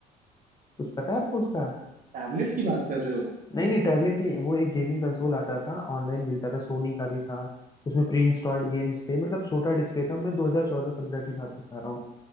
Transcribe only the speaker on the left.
कुछ पता है आपको उसका
नहीं नहीं टैबलेट नहीं वो एक गेमिंग कंसोल आता था ऑनलाइन मिलता था सोनी का भी था उसमें प्री इंस्टॉल्ड गेम्स थे मतलब छोटा डिस्प्ले था मैं 2014-15 की बात बता रहा हूँ